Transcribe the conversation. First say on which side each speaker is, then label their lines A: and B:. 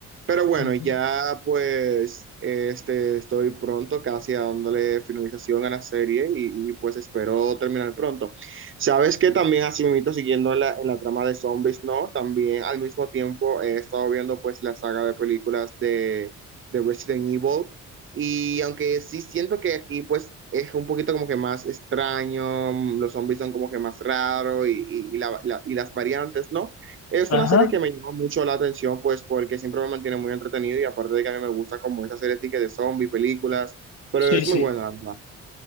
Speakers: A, on the right; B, on the left.
A: pero bueno,
B: Ujú.
A: ya pues este, estoy pronto casi a dándole finalización a la serie y, y, pues espero terminar pronto. Sabes que también así mismo siguiendo en la, en la trama de zombies, ¿no? También al mismo tiempo he estado viendo pues la saga de películas de, de Resident Evil. Y aunque sí siento que aquí pues es un poquito como que más extraño, mm, los zombies son como que más raros y, y- y la- la- y las variantes, ¿no? Es
B: Ajá.
A: una serie que me llama mucho la atención pues porque siempre me mantiene muy entretenido y aparte de que a mí me gusta como esa serie de zombies, películas, pero
B: Sí,
A: es
B: sí.
A: muy buena, la verdad.